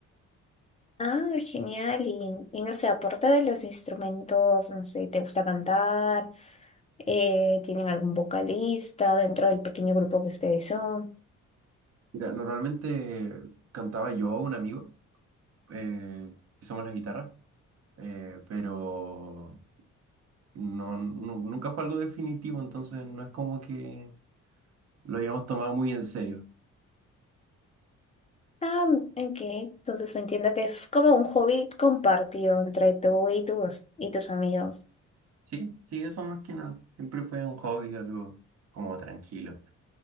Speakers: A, on the left (about 25°); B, on the right (about 55°).
A: Ah, genial. Y, y no sé, aparte de los instrumentos, no sé, ¿te gusta cantar? Eh, ¿tienen algún vocalista dentro del pequeño grupo que ustedes son?
B: Mira, normalmente cantaba yo, un amigo, eh, que somos la guitarra, eh, pero no, nu- nunca fue algo definitivo, entonces no es como que lo hayamos tomado muy en serio.
A: Ah, ok. Entonces entiendo que es como un hobby compartido entre tú y tus, y tus amigos.
B: Sí, sí, eso más que nada. Siempre fue un hobby, algo como tranquilo,